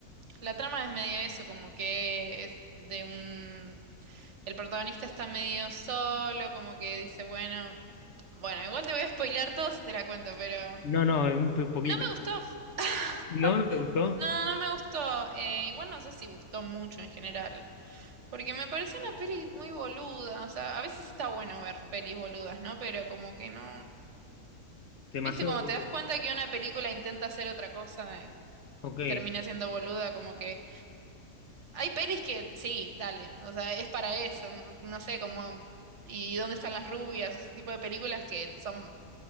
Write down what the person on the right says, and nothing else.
La trama es medio eso, como que es de un... El protagonista está medio solo, como que dice, bueno, bueno, igual te voy a spoilear todo si te la cuento, pero
no me gustó. <laughs>
No, no me gustó. Eh, igual no sé si gustó mucho en general, porque me pareció una peli muy boluda. O sea, a veces está bueno ver pelis boludas, ¿no? Pero como que no...
Viste, como
te das cuenta que una película intenta hacer otra cosa y
termina siendo boluda, como que... Hay pelis que sí, dale, o sea, es para eso, no, no sé cómo, y dónde están las rubias, ese tipo de películas que son